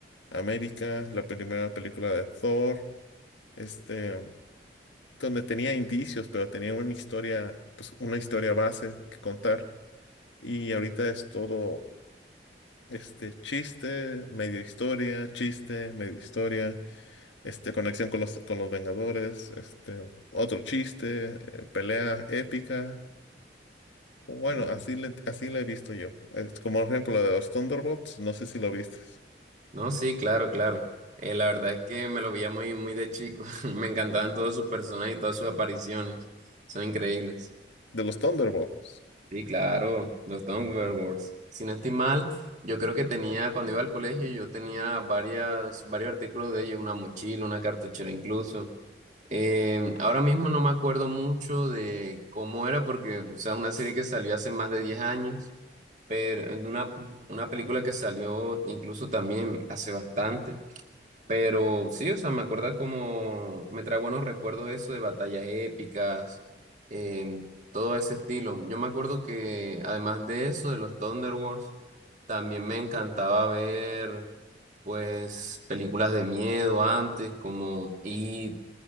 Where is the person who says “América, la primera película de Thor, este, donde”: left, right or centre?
Left